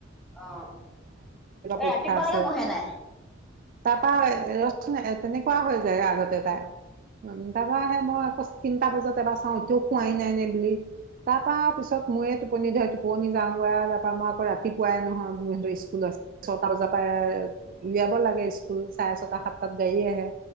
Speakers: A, in the centre; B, on the right.
A: অ, এ
B: পৰীক্ষা
A: ৰাতিপুৱা
B: আছে
A: লৈকে পঢ়ে তাই।
B: তাৰপা ৰচোন তেনেকুৱা হৈ যায় আগতে তাই, উম তাৰপা সেই মই তিনটা বজাত এবাৰ চাওঁ এতিয়াও শোৱাই নাই নেকি? তাৰ পৰা পিছত মোৰে টোপনি ধৰে টোপনি যাওঁগৈ তাৰ পৰা মই আকৌ ৰাতিপুৱাই নহয় উম স্কুলত ছটা বজাৰ পৰা উলিয়াব লাগে, স্কুল চাৰে ছটা সাতটাত গাড়ী আহে,